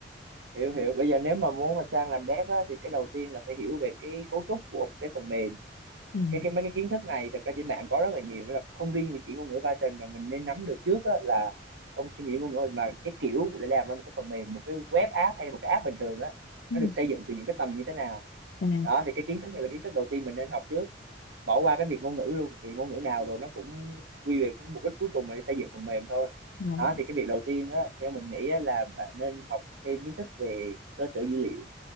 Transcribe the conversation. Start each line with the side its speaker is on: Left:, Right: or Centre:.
Right: hiểu hiểu bây giờ nếu mà muốn mà sang làm dev á, thì cái đầu tiên là phải hiểu về cái cấu trúc của một cái phần mềm
Left: ừ
Right: cái cái mấy cái kiến thức này thật ra trên mạng có rất là nhiều là không riêng về chỉ ngôn ngữ Python mà mình nên nắm được trước á, là không chỉ ngôn ngữ mà cái kiểu để làm ra một cái phần mềm một cái web app hay là một cái app bình thường á
Left: Ừ.
Right: nó được xây dựng từ những cái tầng như thế nào
Left: À,
Right: đó thì cái kiến thức này là kiến thức đầu tiên mình nên học trước bỏ qua cái việc ngôn ngữ luôn vì ngôn ngữ nào rồi nó cũng quy về cũng mục đích cuối cùng là xây dựng phần mềm thôi
Left: rồi.
Right: đó thì cái việc đầu tiên á theo mình nghĩ á, là bạn nên học thêm kiến thức về cơ sở dữ liệu